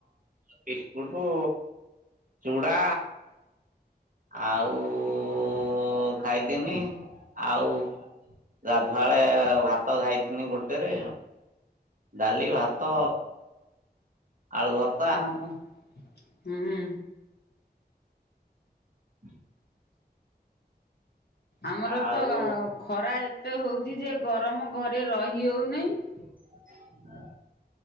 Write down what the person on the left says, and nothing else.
ହ ହ ହୁଁ।
ଆମର
ତ ଖରା ଏତେ ହୋଉଚି ଯେ ଗରମ ଘରେ ରହି ହୋଉନେଇ।